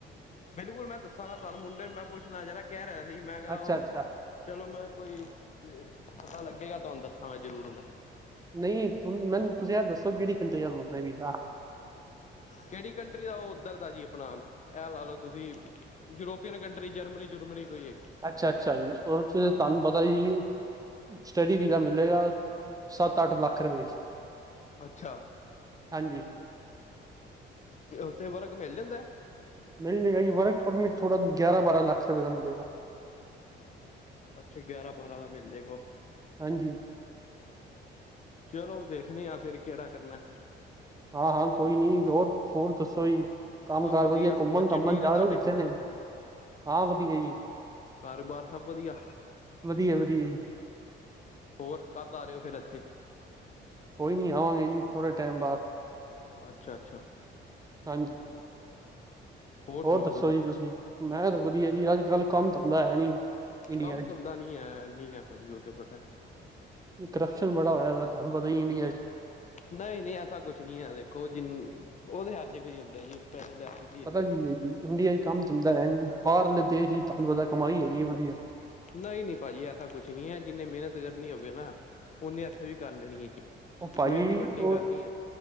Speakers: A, on the left; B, on the right.
A: ਬਿਲਕੁਲ, ਮੈਂ ਦੱਸਾਂਗਾ ਤੁਵਾਨੂੰ। ਮੁੰਡੇ ਨੂੰ ਮੈਂ ਪੁੱਛਲਾ ਜਰਾ, ਕੈ ਰੇਹਾ ਸੀ ਮੈਂ ਕੇਆ
B: ਅੱਛਾ
A: ਓ
B: ਅੱਛਾ
A: ਚਲੋ ਮੈਂ ਕੋਈ ਪਤਾ ਲੱਗੇਗਾ ਤੁਹਾਨੂੰ ਦੱਸਾਂ ਜ਼ਰੂਰ ਮੈਂ
B: ਨਈ ਹੁਣ ਮੈਨੂੰ ਤੁਸੀਂ ਏਹ ਦੱਸੋ ਕੇਹੜੀ ਕੰਟਰੀ ਦਾ ਲਵਾਣਾ ਏ ਵੀਜ਼ਾ?
A: ਕਿਹੜੀ ਕੰਟਰੀ ਦਾ ਉਹ ਉੱਧਰ ਦਾ ਜੀ ਆਪਣਾ ਇਹ ਲਾ ਲਓ ਤੁਸੀਂ ਯੂਰੋਪੀਅਨ ਕੰਟਰੀ ਜਰਮਨੀ ਜੁਰਮਨੀ ਕੋਈ ਹੈਗੀ
B: ਅੱਛਾ ਅੱਛਾ ਜੀ ਉਹਦੇ ਚ ਤੁਹਾਨੂੰ ਪਤਾ ਜੀ ਸਟੱਡੀ ਵੀਜ਼ਾ ਮੀਲੇਗਾ, ਸੱਤ-ਅੱਠ ਲੱਖ ਰੁਪਏ ਚ।
A: ਅੱਛਾ।
B: ਹਾਂਜੀ
A: ਤੇ ਉੱਤੇ ਵਰਗ ਮਿਲ ਜਾਂਦਾ
B: ਮਿਲ ਜਾਏਗਾ ਜੀ ਵਰਕ ਪਰਮਿਟ ਥੋੜਾ ਗਿਆਰ ਬਾਰਾਂ ਲੱਖ ਰੁਪਏ ਦਾ ਮਿਲੇਗਾ।
A: ਅੱਛਾ ਗਿਆਰਾਂ ਬਾਰਾਂ ਦਾ ਮਿਲ ਜਾਏਗਾ ਉਹ
B: ਹਾਂਜੀ
A: ਚਲੋ ਦੇਖਣੇ ਆ ਫਿਰ ਕਿਹੜਾ ਕਰਨਾ।
B: ਹਾਂ-ਹਾਂ, ਕੋਈ ਨੀ ਹੋਰ, ਹੋਰ ਦੱਸੋ ਜੀ ਕੰਮ
A: ਸਭ
B: ਕਾਰ ਵਧੀਆ ਘੁੰਮਣ-ਘਾਮਣ
A: ਬੱਚੇ ਠੀਕ
B: ਜਾ
A: ਨੇ ਤੁਹਾਡੇ
B: ਰੇ ਕਿੱਥੇ ਨਈ? ਹਾਂ ਵਧੀਆ ਜੀ
A: ਕਾਰ ਬਾਰ ਸਵ ਵਦੀਆ?
B: ਵਧੀਆ ਵਧੀਆ ਜੀ
A: ਹੋਰ, ਕਦ ਆ ਰਹੇ ਓ ਫੇਰ ਇੱਥੇ?
B: ਕੋਈ ਨੀ ਆਵਾਂਗੇ ਜੀ ਥੋੜੇ ਟੈਮ ਬਾਦ
A: ਅੱਛਾ- ਅੱਛਾ।
B: ਹਾਂਜੀ ਹੋਰ
A: ਸੁਣਾਓ
B: ਦੱਸੋ
A: ਤੁਸੀਂ
B: ਜੀ ਤੁਸੀ ਮੈਂ ਤਾਂ ਵਧੀਆ ਜੀ ਅੱਜ ਕੱਲ ਕੰਮ ਧੰਦਾ ਹੈ ਨੀ। ਇੰਡੀਆ
A: ਕੰਮ
B: ਚ
A: ਧੰਦਾ ਨੀ ਹੈ ਨੀ ਹੈ ਭਾਜੀ ਉਹ ਤੇ ਪਤਾ
B: ਕਰਪਸ਼ਨ ਬੜਾ ਹੋਇਆ ਹੈ ਤੁਹਾਨੂੰ ਪਤਾ ਹੀ ਇੰਡੀਆ ਚ
A: ਨਈ-ਨਈ ਐਸਾ ਕੁਛ ਨਈ ਐ ਦੇਖੋ, ਜੀਂ ਓ ਤੇ ਹਰ ਜਗਾ ਈ ਹੁੰਦਾ ਜੀ ਸਪੈਸਲ ਆ ਥੌ
B: ਪਤਾ ਕੀ ਐ ਈਡੀਆ ਚ ਕੰਮ ਚੱਲਦਾ ਹੈ ਨੀ, ਬਾਰਲੇ ਦੇਸ਼ ਦੀ ਧਾਨੂੰ ਪਤਾ ਕਮਾਈ ਹੈਗੀ ਐ ਵਧੀਆ।
A: ਨਹੀਂ-ਨਹੀਂ ਭਾਜੀ, ਐਸਾ ਕੁਛ ਨੀ ਹੈ। ਜਿੰਨੇ ਮੇਨਤ ਕਰਨੀ ਹੋਵੇ ਨਾ, ਓਨੇ ਇੱਥੇ ਵੀ ਕਾਰ ਲੈਣੀ ਹੈ ਜੀ।
B: ਉਹ ਭਾਜੀ
A: ਕੋਈ ਐਸੀ ਵੱਡੀ
B: ਉਹ
A: ਗੱਲ ਨਈ ਏ।